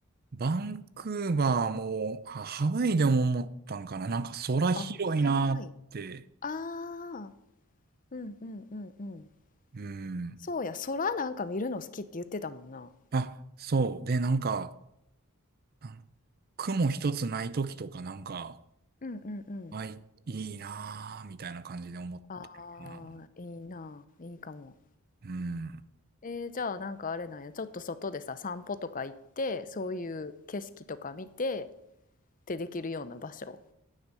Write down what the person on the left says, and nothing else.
あ、ハワイ。ああ、うんうんうんうん。
そうや、空なんか見るの好きって言ってたもんな。
うんうんうん。
ああ、いいな。いいかも。
えー、じゃあなんかあれなんや。ちょっと外でさ、散歩とか行って、そういう景色とか見てってできるような場所。